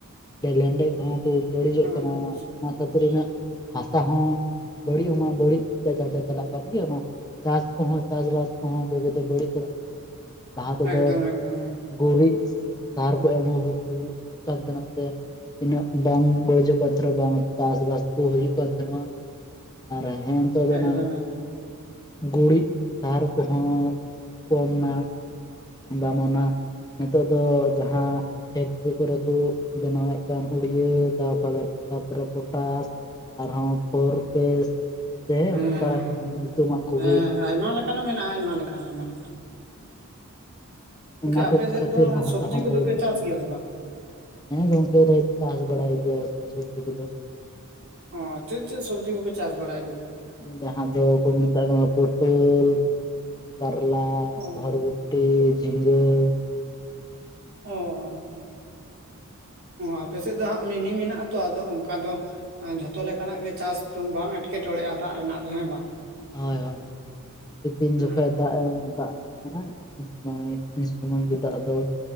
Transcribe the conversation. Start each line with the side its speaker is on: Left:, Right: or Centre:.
Left: ᱞᱮᱱᱰᱮᱡ ᱠᱚᱦᱚᱸ ᱠᱚ ᱵᱟᱹᱲᱤᱡᱚᱜ
Right: ᱮᱠᱫᱚᱢ
Left: ᱠᱟᱱᱟ ᱚᱱᱟ ᱠᱷᱟᱹᱛᱤᱨ ᱤᱱᱟᱹᱜ ᱦᱟᱥᱟ ᱦᱚᱸ ᱵᱟᱹᱲᱤᱡ ᱦᱚᱸᱢᱟ ᱵᱟᱹᱲᱤᱡᱟ ᱪᱟᱪᱟ ᱪᱟᱞᱟᱜ ᱠᱟᱱ ᱜᱮ ᱚᱱᱟ ᱪᱟᱥ ᱠᱚᱦᱚᱸ ᱪᱟᱥᱵᱟᱥ ᱠᱚᱦᱚᱸ ᱵᱛᱮ ᱵᱟᱹᱲᱤᱡ ᱪᱟᱞᱟᱜ ᱠᱟᱱᱟ ᱞᱟᱦᱟ ᱛᱮᱫᱚ
Right: ᱮᱠᱫᱚᱢ ᱮᱠᱫᱚᱢ
Left: ᱜᱩᱨᱤᱡ, ᱥᱟᱨ ᱠᱚ ᱮᱢ ᱦᱩᱭᱩᱜ ᱠᱟᱱ ᱛᱟᱦᱮᱱᱟ ᱛᱮ, ᱤᱱᱟᱹᱜ ᱵᱟᱝ ᱵᱟᱹᱲᱤᱡᱚᱜ ᱠᱟᱱ <unintelligible> ᱵᱟᱝ ᱪᱟᱥ ᱵᱟᱥ ᱠᱚ ᱦᱩᱭᱩᱜ ᱠᱟᱱ ᱛᱟᱦᱮᱱᱚᱜᱼᱟ ᱾ ᱟᱨ ᱦᱮᱸ ᱱᱤᱛᱚᱜ
Right: ᱮᱠᱫᱚᱢ
Left: ᱫᱚ ᱚᱱᱟ
Right: ᱮᱠᱫᱚᱢ
Left: ᱜᱩᱨᱤᱡ ᱥᱟᱨ ᱠᱚᱦᱚᱸ ᱠᱚᱢ ᱱᱟ ᱵᱟᱢ ᱚᱱᱟ, ᱱᱤᱛᱚᱜ ᱫᱚ ᱡᱟᱦᱟᱸ ᱯᱷᱮᱠᱴᱨᱤ ᱠᱚᱨᱮ ᱠᱚ ᱵᱮᱱᱟᱣᱮᱫ ᱠᱟᱱ ᱩᱲᱭᱟᱹ ᱛᱟᱨᱯᱚᱨᱮ ᱯᱚᱴᱟᱥ ᱾ ᱟᱨᱦᱚᱸ ᱯᱷᱚᱨ ᱯᱮᱥ ᱥᱮ
Right: ᱦᱮᱸ
Left: ᱚᱱᱠᱟᱟᱜ
Right: ᱦᱮᱸ
Left: ᱧᱩᱛᱩᱢᱟᱱ ᱠᱚᱜᱮ
Right: ᱦᱮᱸ
Left: ᱾
Right: ᱦᱮᱸ ᱟᱭᱢᱟ ᱞᱮᱠᱟᱱᱟᱜ ᱢᱮᱱᱟᱜᱼᱟ ᱟᱭᱢᱟ ᱞᱮᱠᱟᱱ ᱟᱭᱢᱟ ᱞᱮᱠᱟᱱ ᱾
Left: ᱚᱱᱟ
Right: ᱟᱯᱮ
Left: ᱠᱚ
Right: ᱥᱮᱫ
Left: ᱠᱷᱟᱹᱛᱤᱨ
Right: ᱫᱚ
Left: ᱦᱚᱸ ᱦᱟᱥᱟ
Right: ᱥᱚᱵᱽᱡᱤ
Left: ᱦᱚᱸ
Right: ᱠᱚᱫᱚ
Left: <unintelligible>
Right: ᱯᱮ ᱪᱟᱥ
Left: ᱠᱟᱱᱟ
Right: ᱜᱮᱭᱟ ᱥᱮ ᱵᱟᱝ
Left: ᱾ ᱦᱮᱸ ᱜᱚᱝᱠᱮ ᱨᱮ ᱪᱟᱥ ᱵᱟᱲᱟᱭ ᱜᱮᱭᱟ ᱥᱚᱵᱽᱡᱤ ᱠᱚᱫᱚ ᱾
Right: ᱚᱻ ᱪᱮᱫ ᱪᱮᱫ ᱥᱚᱵᱽᱡᱤ ᱠᱚᱯᱮ ᱪᱟᱥ ᱵᱟᱲᱟᱭ ᱜᱮᱭᱟ?
Left: ᱡᱟᱦᱟᱸ ᱫᱚᱠᱚ ᱢᱮᱛᱟᱜ ᱠᱟᱱᱟ ᱯᱚᱴᱚᱞ ᱠᱟᱨᱞᱟ
Right: ᱚ
Left: ᱵᱷᱚᱨᱵᱚ ᱴᱤ ᱡᱷᱤᱸᱜᱟᱹ ᱾
Right: ᱚ ᱟᱯᱮ ᱥᱮᱫ ᱫᱚ ᱦᱟᱸᱜ ᱢᱤᱱᱤ ᱢᱮᱱᱟᱜ ᱟ ᱛᱚ ᱟᱫᱚ ᱚᱱᱠᱟ ᱫᱚ ᱡᱷᱚᱛᱚ ᱞᱮᱠᱟᱱᱟᱜ ᱜᱮ ᱪᱟᱥ ᱫᱚ ᱵᱟᱝ ᱮᱸᱴᱠᱮᱴᱚᱬᱮᱜᱼᱟ ᱫᱟᱜ ᱨᱮᱱᱟᱜ ᱫᱚ ᱦᱮᱸ ᱵᱟᱝ?
Left: ᱦᱳᱭ ᱦᱳᱭ ᱛᱤᱯᱤᱱ ᱡᱚᱠᱷᱚᱱ
Right: ᱚᱸ
Left: ᱫᱟᱜ ᱮᱢ ᱫᱟᱜ <unintelligible> ᱵᱟᱝ ᱢᱤᱫ ᱥᱩᱢᱟᱹᱭ ᱜᱮ ᱫᱟᱜ ᱫᱚ